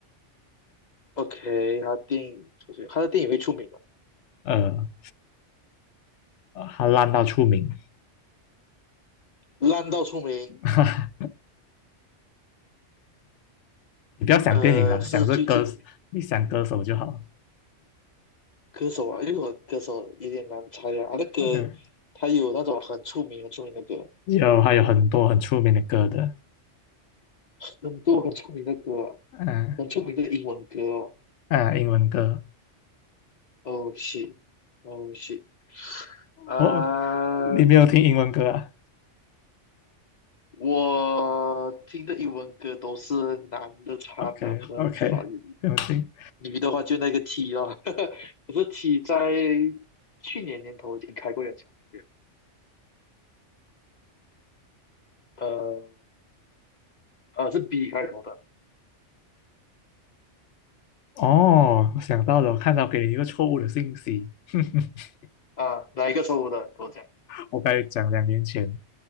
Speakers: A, on the left; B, on the left.
A: OK，他电影出去，他的电影会出名吗？
B: 呃，他烂到出名。
A: 烂到出名，
B: <laughs> 你不要想电影了，
A: 呃，是最近
B: 想这歌，你想歌手就好。
A: 歌手啊，因为我歌手有点难猜啊。他的歌，
B: OK，
A: 那个他有那种很出名、很出名的歌，
B: 有还有很多很出名的歌的，
A: 很多很出名的歌，
B: 嗯
A: 很出名的英文歌哦。
B: 嗯，英文歌。
A: Oh s h 啊、
B: 哦，你没有听英文歌啊
A: 我听的英文歌都是男的唱的，
B: ？OK
A: 很少有
B: OK，不用听。
A: 女的话就那个 T 哦。<laughs> 可是 T 在去年年头已经开过演唱会了，呃呃是 B 开头的
B: 哦，我想到了，我看到给你一个错误的信息。<laughs>
A: 啊，哪一个错误的？你跟我讲，
B: 我刚才讲两年前